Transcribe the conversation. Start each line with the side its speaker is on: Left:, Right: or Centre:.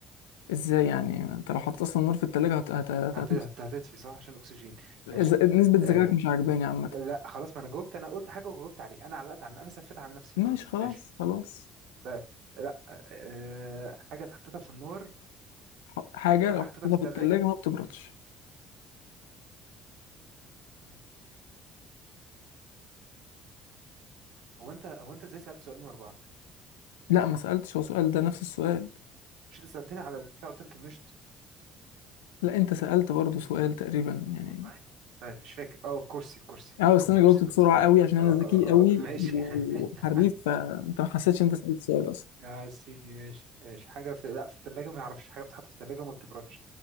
Left: ازاي يعني انت لو حطيت اصلا النار في التلاجة هت... هت... هت...
Right: هت-
Left: هت...
Right: هت- هتطفي صح عشان الاكسجين
Left: إز-
Right: ماشي
Left: نسبة ذكائك
Right: آه
Left: مش عاجباني عامة
Right: لا خلاص ما انا جاوبت انا قلت حاجه وجاوبت عليها انا علقت عن انا سفيت على نفسي
Left: ماشي
Right: خلاص
Left: خلاص
Right: ماشي
Left: خلاص
Right: طيب لا أه حاجة اتحطتها في النار
Left: ح- حاجة
Right: حاجة
Left: لو
Right: حطيتها
Left: حطيتها
Right: في التلاجة
Left: في التلاجة ما بتبردش
Right: مم. هو انت هو انت ازاي سألت سؤالين ورا بعض
Left: لا ما سألتش هو سؤال ده نفس السؤال
Right: مش انت سألتني على البتاع قلت لك المشط
Left: لا انت سألت برضو سؤال تقريبا يعني
Right: والله طيب مش فاكر اه كرسي كرسي
Left: اه
Right: اه
Left: بس انا
Right: كرسي
Left: جاوبت
Right: خلاص
Left: بسرعة
Right: افتكرت
Left: قوي عشان انا
Right: اه
Left: ذكي
Right: اه
Left: قوي
Right: اه ماشي
Left: وحريف
Right: <laughs>
Left: فانت ما حسيتش إن انت سألت سؤال اصلا
Right: يا سيدي ماشي ماشي حاجة في لا في التلاجة ما يعرفش حاجة بتتحط في التلاجة وما بتبردش